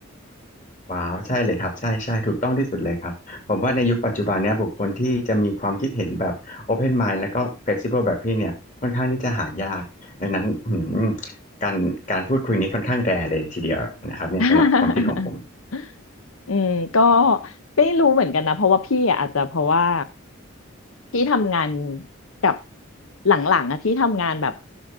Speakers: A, on the left; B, on the left.
A: ว้าวใช่เลยครับใช่ใช่ถูกต้องที่สุดเลยครับผมว่าในยุคปัจจุบันเนี้ยบุคคลที่จะมีความคิดเห็นแบบ Open Mind แล้วก็ Flexible แบบพี่เนี่ยค่อนข้างที่จะหายากดังนั้นอืมการการพูดคุยนี้ค่อนข้างแรร์เลยทีเดียวนะครับเนี่ยสำหรับความคิดของผม
B: <laughs> อืมก็ไม่รู้เหมือนกันนะเพราะว่าพี่อะอาจจะเพราะว่า พี่ทำงานกับหลังๆอะพี่ทำงานแบบ